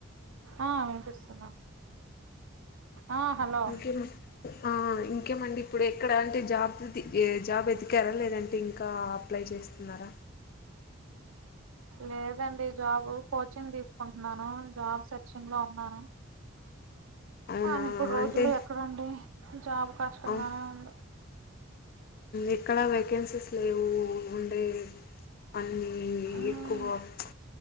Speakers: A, on the right (about 80°); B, on the left (about 50°).
A: ఆ వినిపిస్తున్నాం ఆ హలో
B: ఇంకేం ఆ ఇంకేమండి ఇప్పుడు ఎక్కడ అంటే జాబ్ వృత్తి జాబ్ ఎతిగారా లేదంటే ఇంకా అప్లై చేస్తున్నారా
A: లేదండి జాబు కోచింగ్ తీసుకుంటున్నాను జాబ్ సెర్చింగ్ లో ఉన్నాను
B: అవునా
A: కానీ ఇప్పుడు రోజులు
B: అంటే
A: ఎక్కడండి జాబు కష్టంగానే
B: అవును
A: ఉంది
B: ఎక్కడ వేకెన్సీస్ లేవు అండీ అన్ని
A: ఉమ్
B: ఎక్కువ ప్చ్